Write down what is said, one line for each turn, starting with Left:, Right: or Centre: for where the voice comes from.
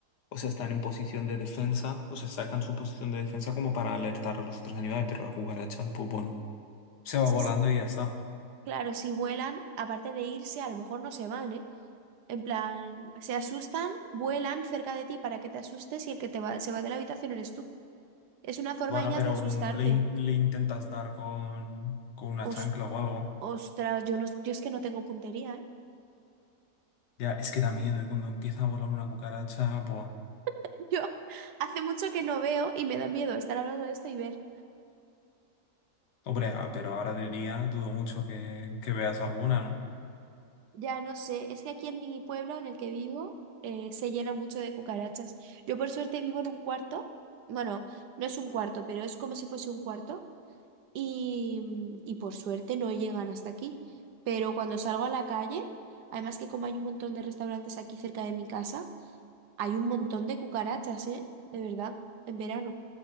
Left: o sea, están en posición de defensa, o sea, sacan su posición de defensa como para alertar a los otros animales, pero la cucaracha, pues bueno, se va
Right: Sí,
Left: volando
Right: sí,
Left: y ya está.
Right: Claro, si vuelan, aparte de irse, a lo mejor no se van, ¿eh? En plan, se asustan, vuelan cerca de ti para que te asustes y el que te va, se va de la habitación eres tú. Es una forma
Left: Bueno,
Right: ellas
Left: pero
Right: de asustarte.
Left: mm, le, in- le intentas dar con, con una chancla
Right: Os-
Left: o algo.
Right: ostras, yo, no, yo es que no tengo puntería, ¿eh?
Left: Ya, es que da miedo, ¿eh? Cuando empieza a volar una cucaracha, pues,
Right: <laughs> Yo hace mucho que no veo y me da miedo estar hablando de esto y ver.
Left: Hombre, ah, pero ahora de día dudo mucho que, que veas alguna, ¿no?
Right: Ya no sé, es que aquí en mi pueblo en el que vivo eh, se llena mucho de cucarachas. Yo por suerte vivo en un cuarto, bueno, no es un cuarto, pero es como si fuese un cuarto y, mm, y por suerte no llegan hasta aquí. Pero cuando salgo a la calle, además que como hay un montón de restaurantes aquí cerca de mi casa, hay un montón de cucarachas, ¿eh? De verdad, en verano.